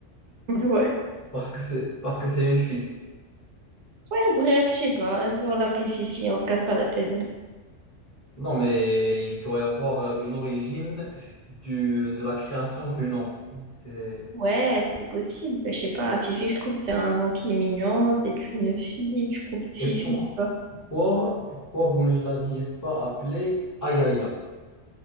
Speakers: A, on the right; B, on the left.
A: <laughs> Ouais.
B: parce que c'est parce que c'est une fille.
A: Ouais, bref, je sais pas, on l'appelait Fifi, on se casse pas la tête. nous.
B: Non, mais il doit y avoir une origine du, de la création du nom. C'est...
A: Ouais, c'est possible, bah, je sais pas, Fifi, je trouve, c'est un nom qui est mignon, c'est une fille, du coup, Fifi,
B: Et pourquoi,
A: tu vois.
B: pourquoi vous ne l'aviez pas appelé Ayaya?